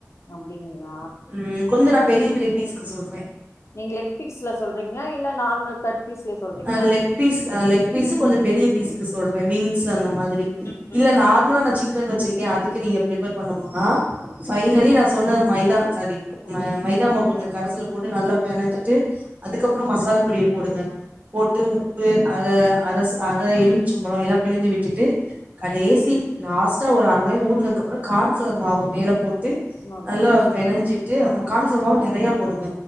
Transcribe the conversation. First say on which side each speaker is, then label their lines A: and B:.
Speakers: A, on the left; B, on the right.
A: அப்டிங்களா
B: ம் கொஞ்சம் நான் பெரிய பெரிய பீஸுக்கு சொல்றேன்
A: நீங்க லெக்பீஸ்லசொல்றீங்கல இல்ல நார்மல் கட் பீஸ்ல சொல்றீங்களா
B: அ லெக் பீஸ் லெக் பீஸ்சு கொஞ்சம் பெரிய பீஸ்க்கு சொல்றேன் விங்ஸ் மாதிரி
A: ம் ம்
B: இல்ல நார்மலா சிக் சிக்கன் வச்சிருக்கேன் அதுக்கு நீங்க பிரிப்பர் பண்ணனும்னா பைனலி நான் சொன்ன மைதா சரி
A: ம்
B: மைதாம கொஞ்ச கரைசல போட்டு நல்லா பேணஞ்சிட்டு அதுக்கப்புறம் மசால் பொடியை போடுங்க போட்டு உப்பு அர அ அர எலுமிச்சம்பளம் எல்லாம் பிழிஞ்சு விட்டுட்டு கடைசி லாஸ்ட்டா ஒரு அர மணி ஊடுனதுக்குப்புறம் கான்ஃபளர் மாவு மேல போட்டு
A: ஓகே
B: நல்லா
A: சிஸ்டர்
B: பேனஞ்சிட்டு கான்பிளவர் மாவு நெறைய கொடுங்க